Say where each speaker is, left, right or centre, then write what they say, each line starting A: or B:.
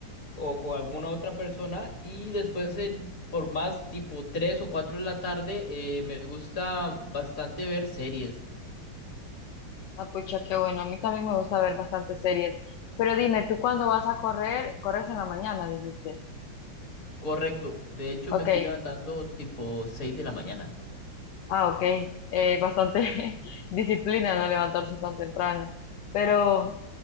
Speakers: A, on the left; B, on the left.
A: o con alguna otra persona y después en- por más tipo 3 o 4 de la tarde eh, me gusta bastante ver series.
B: Ah, pucha, qué bueno. A mí también me gusta ver bastantes series. Pero dime, ¿tú cuándo vas a correr? Corres en la mañana, dijiste.
A: Correcto, de hecho
B: Ok,
A: me estoy levantando tipo 6 de la mañana.
B: ah, ok. Eh, bastante <laughs> disciplina no levantarse tan temprano. Pero